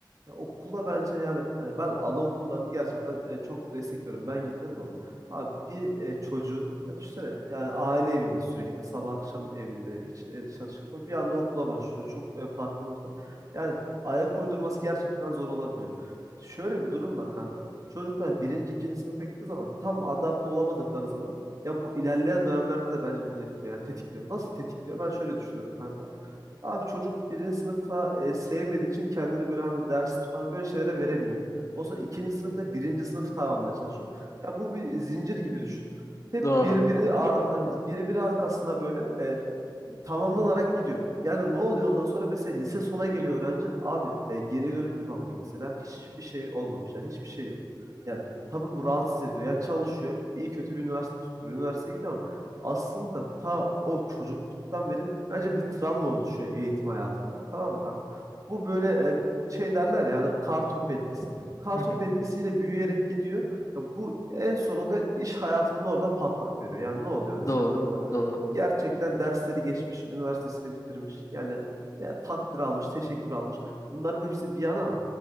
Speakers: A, on the right; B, on the left.
A: Ya okula bence yani e, ben anaokullarını gerçekten e, çok destekliyorum. Ben gitmedim ama. Abi bir e, çocuğun ya düşünsene yani aile evinde sürekli sabah akşam evinde hiç e, dışarı çıkmıyor. Bir anda okula başlıyor. Çok e, farklı bir ortam. Yani ayak uydurması gerçekten zor olabiliyor. Şöyle bir durum var kanka. Çocuklar birinci, ikinci sınıfa gittiği zaman tam adapte olamadıkları zaman ya bu ilerleyen dönemlerde de bence bunu etkiliyor. Yani tetikliyor. Nasıl tetikliyor? Ben şöyle düşünüyorum kanka. Abi çocuk birinci sınıfa e, sevmediği için kendini böyle hani dersler falan böyle şeylere veremiyor. Olsa ikinci sınıfta birinci sınıfı tamamlamaya çalışıyor. Ya bu bir zincir gibi düşün. Hep
B: Doğru.
A: birbiri ar- birbiri arkasına böyle e, tamamlanarak gidiyor. Yani ne oluyor ondan sonra mesela lise sona geliyor öğrenci. Abi e, geriye dönüp bir bakıyor mesela hiçbir şey olmamış. Yani hiçbir şey yok. Yani tabii bu rahatsız ediyor. Yani çalışıyor. iyi kötü bir üniversite tutturuyor. Üniversiteye gidiyor ama aslında ta o çocukluktan beri bence bir travma oluşuyor eğitim hayatında. Tamam mı kanka. Bu böyle e, şey derler yani kar topu etkisi. Kar
B: Hı hı.
A: topu etkisiyle büyüyerek gidiyor. Ya bu en sonunda iş hayatının orada patlak veriyor. Yani ne oluyor mesela
B: Doğru.
A: kanka?
B: Doğru.
A: gerçekten dersleri geçmiş, üniversitesini bitirmiş. Yani ya takdir almış, teşekkür almış. Bunların hepsi bir yana ama